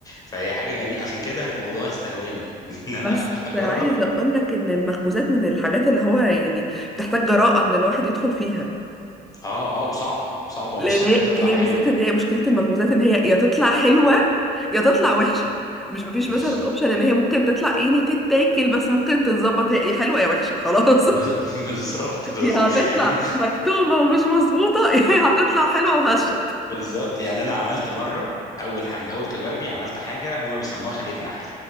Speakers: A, on the left; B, in the centre.
A: فهي حاجه غريبه عشان كده الموضوع استهواني <laughs> ان انا
B: بس
A: اجرب
B: عايزة أقولك إن المخبوزات من الحاجات اللي هو يعني بتحتاج جراءة إن الواحد يدخل فيها
A: اه اه وصعبه وصعبه
B: لان
A: ومش سهل
B: هي
A: تطلع
B: هي
A: حلوه
B: بالذات ان هي مشكله المخبوزات ان هي يا تطلع حلوه يا تطلع وحشه مش مفيش
A: بالظبط
B: مثلا اوبشن ان هي ممكن تطلع يعني تتاكل بس ممكن تتظبط هي يا حلوه يا وحشه خلاص
A: <laughs>
B: <laughs>
A: بالظبط بالظبط
B: يا هتطلع
A: يعني انا
B: مكتومه ومش مظبوطه يا هتطلع حلوه وهشه
A: <laughs> بالظبط يعني انا عملت مره اول ح- من اول تجاربي عملت حاجه هما بيسموها خليه نحل